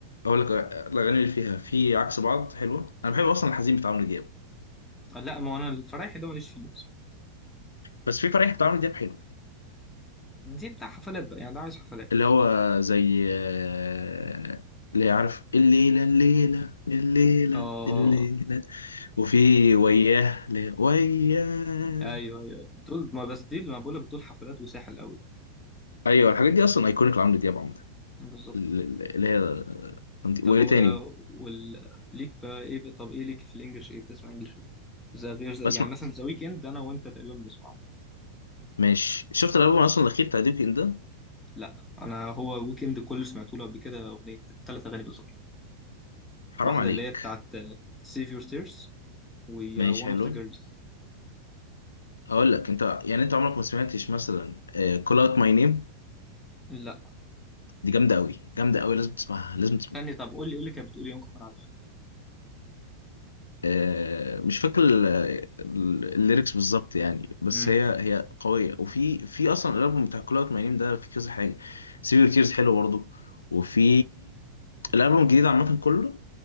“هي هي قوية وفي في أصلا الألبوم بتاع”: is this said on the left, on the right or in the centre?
Left